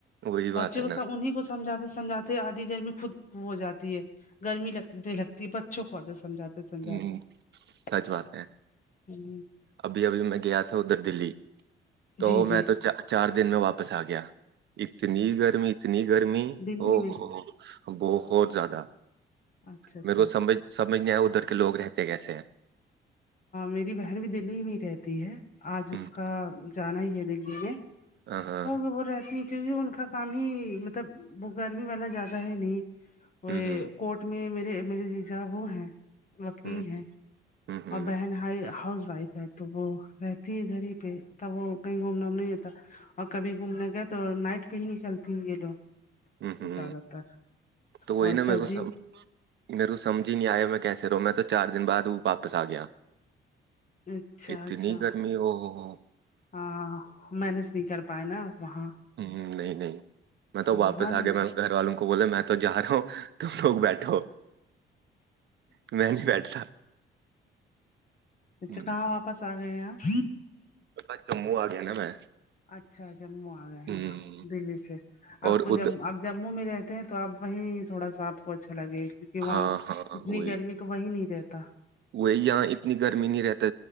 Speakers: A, on the right; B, on the left.
A: وہی بات
B: بچے
A: ہے
B: کو
A: نا
B: سا انیں کو سمجھاتے سمجھاتے آدھی گرمی خود ہو جاتی ہے گرمی لگتے لگتی ہے بچوں کو آدر سمجھاتے سمجات
A: ہ سچ
B: <unintelligible>
A: بات ہے ابھی ابھی میں گیا تھا ادھر دلی تو
B: جی
A: میں
B: جی
A: تو چا چار دن میں واپس آ گیا اتنی گرمی اتنی گرمی
B: دلی
A: او
B: میں
A: ہو ہو بہت زیادہ
B: اچھا اچھا
A: میرے کو سمج سمجھ نہیں آئے ادھر کے لوگ رہتے کیسے ہیں
B: میری بہن بھی دللی میں ہی رہتی ہے آج اس
A: ہوں،
B: کا جانا ہی ہے دللی میں
A: ہاں ہاں
B: ہو بھی وہ رہتی ہیں کیونکہ ان کا کام ہی مطلب وہ گرمی والا زیادہ ہے نہیں اوے
A: ہ ہ
B: کوٹ میں میرے میرے جیجا وہ ہیں وکیل
A: ہ
B: ہیں
A: ہ
B: اور بہن بھائی ہای ہاؤس وائف ہےتو وہ رہتی ہے گھر ہی پہ تب وہ کہیں گھومنا نہیں ہوتا اور کبھی گھومنے گئے تو نائٹ پہ ہی نکلتی ہیں یہ لوگ
A: ہوں ہوں
B: زیادہ تر
A: تو وہی
B: اور
A: نا
B: سردی
A: میرے کو سب میرے کو سمجھ نہیں آیا میں کیسے رہو میں تو چار دن بعد وہ واپس آ گیا
B: اچھا
A: اتنی
B: اچھا
A: گرمی وہ ہو ہو
B: ہاں مینج نہیں کر پائے نا آپ وہاں
A: ہوں نہیں نہیں میں تو
B: ہاں
A: واپس
B: ہر
A: آ گیا میں گھر والوں کو بولا میں تو جا رہا ہو تم لوگ بیٹھو میں نہیں بیٹھتا ہوں،
B: اچھا کہاں واپس آ گئے ہے آپ
A: بس جموں آ گیا نا میں
B: اچھا جموں آ گئے
A: ہ
B: ہیں دلی سے آپ
A: اور
B: کو
A: اد
B: جمو اب جموں میں رہتے ہیں تو اب وہیں تھوڑا سا آپ کو اچھا لگے کہ
A: ہاں
B: وہاں
A: ہاں
B: اتنی
A: وہی
B: گرمی تو وہی نہیں رہتا
A: وہی یہاں اتنی گرمی نہیں رہتے